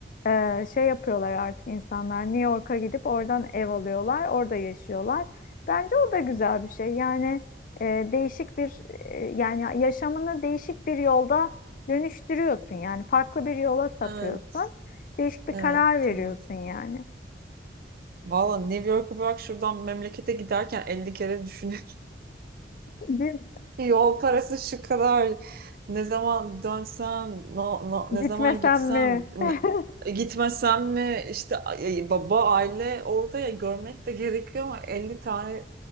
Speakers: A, on the left; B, on the right.
A: e, şey yapıyorlar artık insanlar. New York'a gidip oradan ev alıyorlar, orada yaşıyorlar. Bence o da güzel bir şey. Yani e, değişik bir e, yani yaşamını değişik bir yolda dönüştürüyorsun. Yani farklı bir yola sapıyorsun.
B: Evet,
A: Değişik bir
B: evet,
A: karar veriyorsun
B: evet.
A: yani.
B: Valla New York'u bırak şuradan memlekete giderken 50 kere düşünüyorum.
A: Değil mi?
B: <laughs> Yol parası şu kadar. Ne zaman dönsem, no, no- ne
A: Gitmesem
B: zaman gitsem,
A: mi?
B: ne-
A: <laughs>
B: gitmesem mi? İşte ay- baba, aile orada ya görmek de gerekiyor ama 50 tane